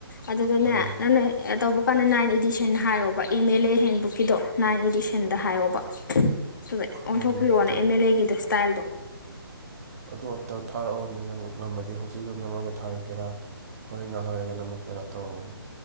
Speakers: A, on the left; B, on the right.
A: ꯑꯗꯨꯗꯅꯦ
B: ꯍꯣꯏꯅꯦ
A: ꯅꯪꯅ ꯇꯧꯕ ꯀꯥꯟꯗ ꯅꯥꯏꯟ ꯏꯗꯤꯁꯟ ꯍꯥꯏꯌꯣꯕ ꯑꯦꯝ ꯑꯦꯜ ꯑꯦ ꯍꯦꯟꯕꯨꯛꯀꯤꯗꯣ ꯅꯥꯏꯟ ꯏꯗꯤꯁꯟ ꯍꯦꯟꯗ ꯍꯥꯏꯌꯣꯕ ꯑꯗꯨꯗ
B: ꯍꯣꯏꯅꯦ
A: ꯑꯣꯟꯊꯣꯛꯄꯤꯔꯛꯑꯣꯅꯦ
B: ꯑꯗꯣ
A: ꯑꯦꯝ ꯑꯦꯜ ꯑꯦꯒꯤꯗ ꯏꯁꯇꯥꯏꯜꯗꯣ
B: ꯑꯗꯣ ꯑꯝꯇ ꯊꯥꯔꯛꯑꯣꯅꯦ ꯅꯪ ꯉꯝꯃꯗꯤ ꯍꯧꯖꯤꯛꯇꯣ ꯅꯝꯃꯒ ꯊꯥꯔꯛꯀꯦꯔꯥ ꯍꯣꯔꯦꯟ ꯑꯍꯜꯂꯒ ꯅꯝꯃꯛꯀꯦꯔꯥ ꯇꯧꯔꯛꯎꯅꯦ